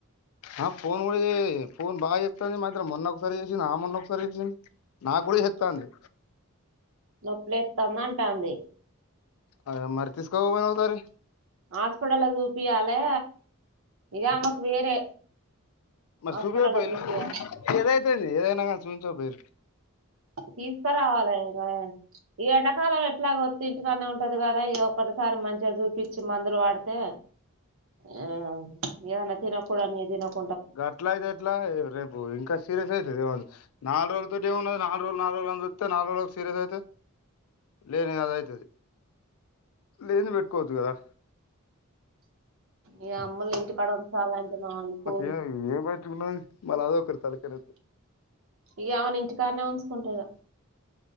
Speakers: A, on the left; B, on the right.
A: ఆ ఫోన్ కూడా చేయ్ ఏ ఫోన్ బాగా చెప్తది మాత్రం మొన్న ఒకసారి చేసింది ఆ మొన్న ఒకసరి చేసింది. నాకు కూడా చెత్తాంది
B: నొప్పిలేత్తనంటాంది.
A: అ మరి తీస్కబోవ నోసారి
B: హాస్పిటల్ లో చూపియాలే. ఇదా ఆమెకు వేరే
A: మరి
B: హాస్పిటల్
A: సుభబ ఇల్
B: చూపియాలి
A: ఏదైతేడి ఏదయినా <unintelligible>
B: తీసుకురావాలి ఇంకా ఈ ఎండాకాలం ఎట్లాగో వొత్తే ఇంటికనే ఉంటది కదా ఈ ఒక సారి మంచిగా చూపిచ్చి మందులు వాడితే ఆ ఏదన్నా తినకూడనివి తినక
A: గట్ల అయితే ఎట్లా రేపు ఇంకా సీరియస్ అయితుది నాలుగు రోజులతోటి ఏమున్నది నాలుగు రోజులు నాలు రోజులు అని చూస్తే నాలుగురోజులకు సీయస్ అయితే లేని కద అవుతుంది లేేన్ పెట్కోద్దు కదా
B: ఈ అమ్మలు ఇంటి పడ చాలా అంటున్నా ఇప్పు
A: ఏ ఏమియు మలా అదకతల కనీ
B: ఇక అమను ఇంటి కాడనే ఉంచుకుంటా ఇక